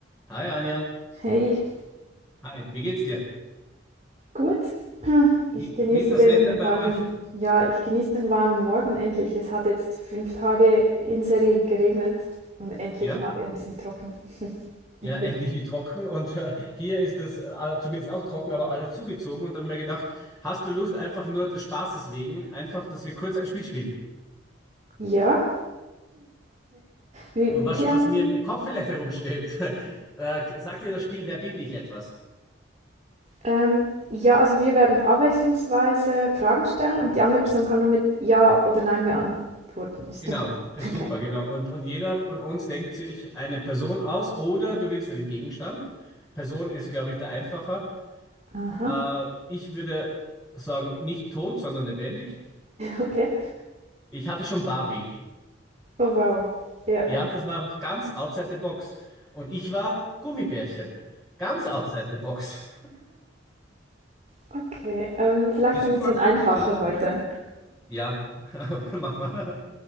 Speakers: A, in the centre; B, on the right.
A: Hi Anja,
B: Hey,
A: Hi. wie geht's dir?
B: gut. Ich
A: Wie,
B: genieße
A: wie ist das
B: den
A: Wetter bei
B: warmen,
A: euch?
B: ja, ich genieße den warmen Morgen endlich. Es hat jetzt fünf Tage in Serie geregnet und endlich
A: Ja,
B: mal ein bisschen trocken.
A: ja,
B: Und
A: <laughs> endlich
B: die-
A: trocken und äh, hier ist es äh, zumindest auch trocken, aber alles zugezogen und da habe ich mir gedacht, hast du Lust einfach nur des Spaßes wegen, einfach, dass wir kurz ein Spiel spielen?
B: Ja, wir,
A: Und
B: wir,
A: was,
B: ähm,
A: was mir im Kopf vielleicht herumschwebt, <laughs> äh, sagt dir das Spiel, wer bin ich etwas?
B: ähm, ja, also wir werden abwechslungsweise Fragen stellen und die andere Person kann nur mit Ja oder Nein beantworten. Stimmt
A: Genau,
B: das?
A: okay, super,
B: Okay.
A: genau. Und, und jeder von uns denkt sich eine Person aus oder du willst einen Gegenstand. Person ist, glaube ich, der einfacher.
B: Aha,
A: Äh, ich würde sagen, nicht tot, sondern lebendig.
B: okay.
A: Ich hatte schon Barbie.
B: Oh wow. Ja.
A: Ja, das war ganz outside the box. Und ich war Gummibärchen. Ganz outside the box.
B: Okay. Ähm, vielleicht
A: Willst
B: ein bisschen
A: du anfangen?
B: einfacher
A: Soll ich anfangen?
B: heute.
A: Ja, <laughs> dann mach mal.